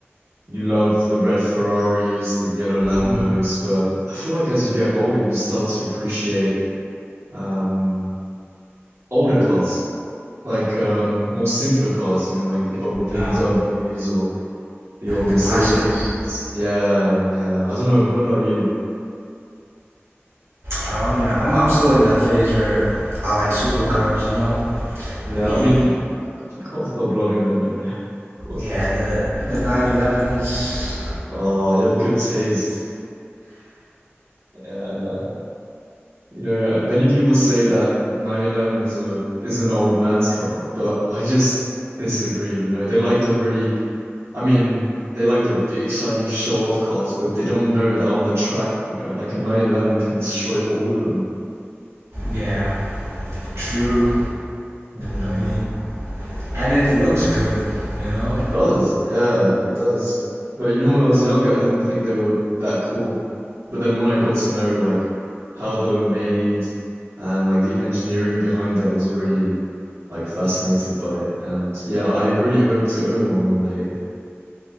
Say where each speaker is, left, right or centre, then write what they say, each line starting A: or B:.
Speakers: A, on the right; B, on the right.
A: you love the red Ferraris, the yellow Lambos,
B: Mhm.
A: but I feel like as you get older, you start to appreciate um older cars, like um more simpler cars, you know, like the old BMWs
B: Uh,
A: or the old Mercedes.
B: the classics.
A: Yeah, yeah. I don't know. What about you?
B: I mean, I'm I'm still in that phase where I like supercars. You know,
A: Yeah,
B: the
A: I mean, you, you can't stop loving them, you know, <laughs> of course.
B: yeah the the 911s.
A: Oh, you have good taste. Uh, you know, many people say that 911 is a is an old man's car, but I just disagree. You know, they like the really, I mean, they like the big shiny show-off cars, but they don't know that on the track, you know, like a 911 can destroy all of them.
B: Yeah, true.
A: Hmm.
B: I mean, and it looks good. You know.
A: It does. Yeah, it does. But you know, when I was younger, I didn't think they were that cool. But then when I got to know like how they were made and like the engineering behind it, I was really like fascinated by it. And yeah, I really hope to own one one day.